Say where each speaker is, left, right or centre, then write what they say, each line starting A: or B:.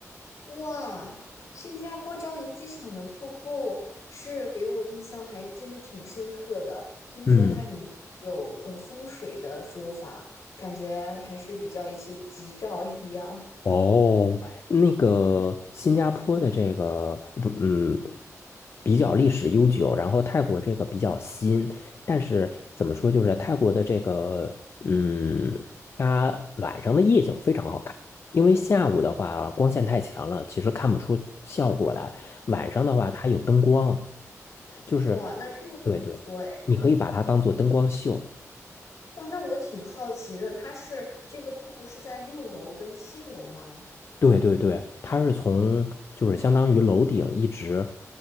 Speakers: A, on the left; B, on the left.
A: 哇，新加坡樟宜机场的瀑布是给我印象还真的挺深刻的。听说它里面有呃风水的说法，
B: 嗯。
A: 感觉还是比较一些吉兆一样。
B: 哦，那个新加坡的这个不，嗯，比较历史悠久，然后泰国这个比较新，但是怎么说，就是泰国的这个，嗯，它晚上的夜景非常好看，因为下午的话光线太强了，其实看不出效果来。晚上的话，它有灯光，就是，
A: 哇，那真的很不错哎。
B: 对对，你可以把它当做灯光秀。
A: 哇，那我挺好奇的，它是这个瀑布是在六楼跟七楼吗？
B: 对对对，它是从就是相当于楼顶一直